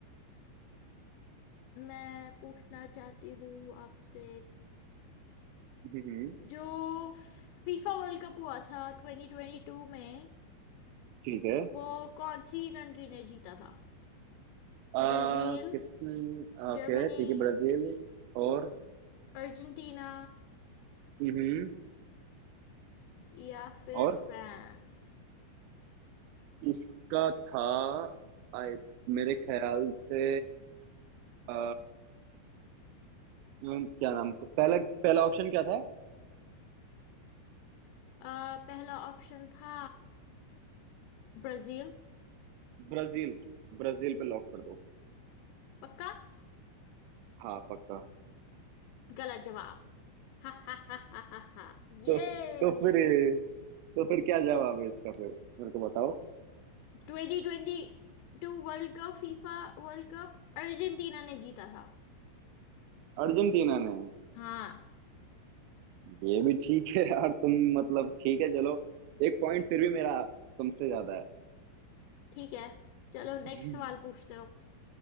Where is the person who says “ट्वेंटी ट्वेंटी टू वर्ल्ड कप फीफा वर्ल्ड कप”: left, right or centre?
Left